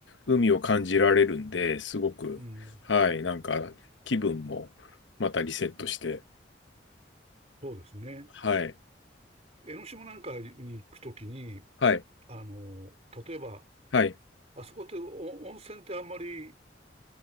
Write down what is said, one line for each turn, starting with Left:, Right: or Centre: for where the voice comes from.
Left: 海を感じられるんで、すごく、
Right: うん。
Left: はい、なんか気分もまたリセットして、
Right: そうですね。
Left: はい、
Right: 江ノ島なんかに行くときに、
Left: はい、
Right: あの、例えば、
Left: はい。
Right: あそこってお温泉ってあんまり